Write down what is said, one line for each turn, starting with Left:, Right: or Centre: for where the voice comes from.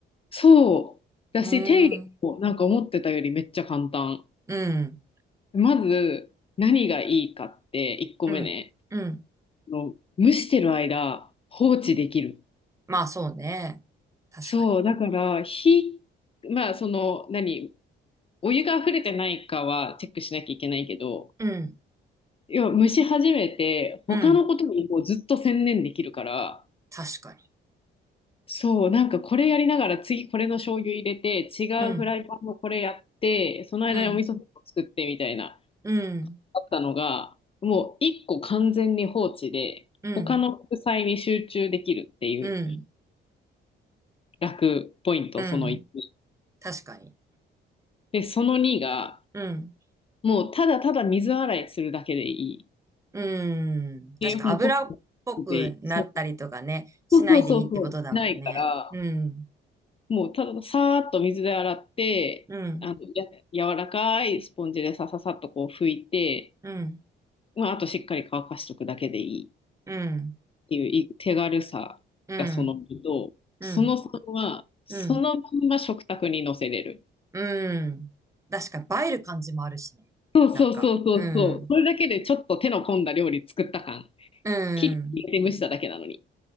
Left: そう。だし、
Right: うー
Left: 手入れもなんか思ってたよりめっちゃ簡単。
Right: ん、うん、
Left: まず、何がいいかって、1個目ね。
Right: うん、うん。
Left: あの蒸してる間、放置できる。
Right: まあそうね。確かに。
Left: そう。だから、火、まあ、その、何、お湯が溢れてないかはチェックしなきゃいけないけど、
Right: うん、
Left: 要は蒸し始めて、他のことにもうずっと専念できるから、
Right: うん、確かに。
Left: そう、なんかこれやりながら次これの醤油入れて、違うフライパンもこれやって、
Right: うん、
Left: その間にお味噌汁を作ってみたいな、
Right: うん、うん、
Left: あったのが、もう一個完全に放置で、
Right: うん、
Left: 他の副菜に集中できるっていう
Right: うん、
Left: 楽ポイント、
Right: うん。
Left: その1。
Right: 確かに。
Left: で、その2が、
Right: うん。
Left: もうただただ水洗いするだけでいい。
Right: うん。確か油っぽくなったりとかね、
Left: で、もうポップでいい。そう。
Right: しないでいいってことだもんね。
Left: そうそうそうそう。ないから、
Right: うん。
Left: もうたださーっと水で洗って、
Right: うん。
Left: あの、や、柔らかいスポンジでさささっとこう拭いて、
Right: うん。
Left: まあ、あとしっかり乾かしとくだけでいいっ
Right: うん。
Left: ていうい手軽さがその2と、
Right: うん。うん。
Left: そのさんは、そのまんま食卓に乗せれる。
Right: うん。うん。確かに映える感じもあるしね。
Left: そうそうそうそうそう。
Right: なんか。うん。
Left: それだけでちょっと手の込んだ料理作った感。
Right: うん。
Left: 切って入れて蒸しただけなのに。